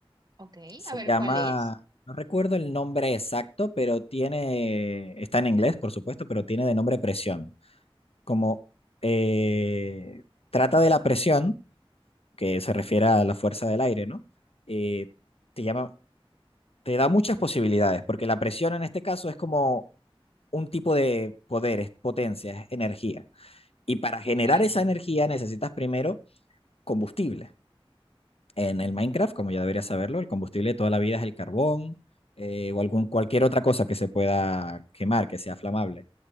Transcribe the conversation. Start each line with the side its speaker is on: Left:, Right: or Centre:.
Right: Ok,
Left: Se
Right: a ver
Left: llama,
Right: cuál es.
Left: no recuerdo el nombre exacto, pero tiene, está en inglés, por supuesto, pero tiene de nombre presión como eh, trata
Right: Mm,
Left: de la presión, que se refiere a la fuerza del aire, ¿no? Eh, te llama, te da muchas posibilidades, porque la presión en este caso es como un tipo de poder, es potencia, es energía. Y para generar
Right: Ok.
Left: esa energía necesitas primero combustible. En el Minecraft, como ya deberías saberlo, el combustible de toda la vida es el carbón eh, o algún, cualquier otra cosa que se pueda quemar, que sea flamable.